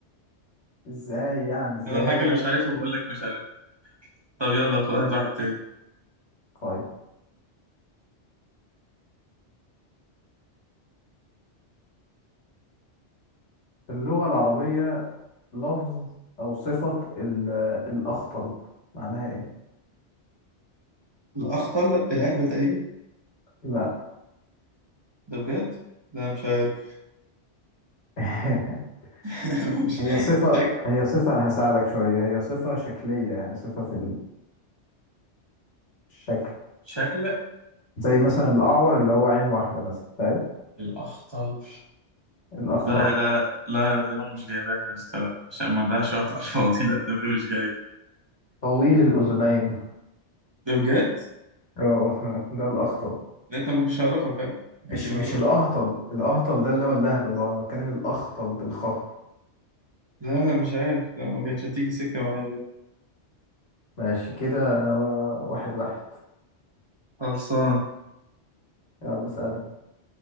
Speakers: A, on the left; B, on the right.
A: ازاي يعني ازاي
B: انا الحاجه اللي مش عارفها بقول لك مش عارف طب يلا خد- هات واحد تاني
A: طيب اللغة العربية لفظ أو صفة ال- الأخطل معناها إيه؟
B: الاخطل الاهبل تقريبا
A: لا
B: ده بجد لا مش عارف
A: <laughs>
B: <laughs> مش
A: هي صفة
B: مش هك-
A: هي صفة هساعدك شوية هي صفة شكلية يعني صفة في الشكل
B: شكل
A: زي مثلا الأعور اللي هو عين واحدة مثلا فاهم
B: الأخطل
A: الأخطل
B: لا لا لا دماغي مش جايباها يا اسطى لا عشان ما نضيعش وقت على الفاضي لا دماغي مش جايبه
A: طويل الأذنين
B: ده بجد
A: اه <laughs> ده الأخطل
B: لا انت ما كنتش عارفها فعلا يعني،
A: مش
B: دي معلومه
A: مش الأهطل الأهطل ده اللي هو اللهبة اللي هو أنا بتكلم الأخطل بالخاء
B: لا لا مش عارف لا ما كانتش هتيجي سكة معايا ده
A: ماشي كده و- واحد واحد
B: خلصان
A: يلا سأل